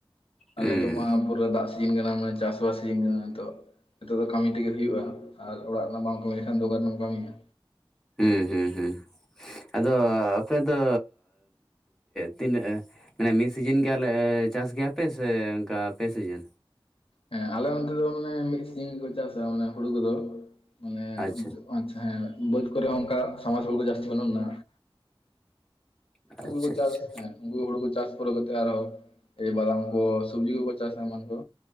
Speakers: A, on the left; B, in the centre.
A: ᱟᱨ
B: ᱦᱩᱸ
A: ᱱᱤᱛᱚᱜ ᱢᱟ ᱯᱩᱨᱟ ᱫᱟᱜ ᱥᱤᱡᱤᱱ ᱠᱟᱱᱟ ᱢᱟᱱᱮ ᱪᱟᱥᱵᱟᱥ ᱥᱤᱡᱤᱱ ᱠᱟᱱᱟ ᱱᱤᱛᱚᱜ ᱱᱤᱛᱚᱜ ᱫᱚ ᱠᱟᱹᱢᱤ ᱛᱮᱜᱮ ᱦᱩᱭᱩᱜᱼᱟ ᱟᱨ ᱚᱲᱟᱜ ᱨᱮᱱᱟᱜ ᱵᱟᱢ ᱠᱟᱹᱢᱤ ᱞᱮᱠᱷᱟᱱ ᱫᱚᱠᱟᱱ ᱨᱮᱢ ᱠᱟᱹᱢᱤᱭᱟ
B: ᱦᱩᱸ ᱦᱩᱸ ᱦᱩᱸ ᱟᱫᱚ ᱟᱯᱮ ᱫᱚ ᱛᱤᱱᱟᱹᱜ? ᱢᱟᱱᱮ ᱢᱤᱜ ᱥᱤᱡᱤᱱ ᱜᱮ ᱪᱟᱥ ᱜᱮᱭᱟᱯᱮ ᱥᱮ ᱚᱝᱠᱟ ᱯᱮ ᱥᱤᱡᱤᱱ?
A: ᱦᱮᱸ ᱟᱞᱮ ᱚᱱᱛᱮ ᱫᱚ ᱢᱟᱱᱮ ᱢᱤᱫ ᱥᱤᱡᱤᱱ ᱜᱮᱠᱚ ᱪᱟᱥ-ᱟ ᱢᱟᱱᱮ ᱦᱩᱲᱩ ᱠᱚᱫᱚ, ᱢᱟᱱᱮ
B: ᱟᱪᱪᱷᱟ
A: ᱚ ᱟᱪᱪᱷᱟ ᱦᱮᱸ ᱵᱟᱹᱫᱽ ᱠᱚᱨᱮ ᱦᱚᱸ ᱚᱝᱠᱟ ᱥᱟᱢᱟᱡᱽ ᱦᱚᱲᱩ ᱠᱚ ᱡᱟᱹᱥᱛᱤ ᱵᱟᱹᱱᱩᱜᱱᱟ᱾
B: ᱟᱪᱪᱷᱟ
A: ᱦᱩᱲᱩ ᱠᱚ ᱪᱟᱥ,
B: ᱟᱪᱪᱷᱟ
A: ᱦᱮᱸ ᱩᱝᱠᱩ ᱠᱚ ᱦᱳᱲᱳ ᱠᱚ ᱪᱟᱥ ᱯᱚᱨ ᱠᱟᱛᱮ ᱟᱨᱦᱚ ᱮᱵᱟᱨ ᱠᱚ ᱥᱚᱵᱡᱤ ᱠᱚᱠᱚ ᱪᱟᱥ ᱮᱢᱟᱱ ᱠᱚ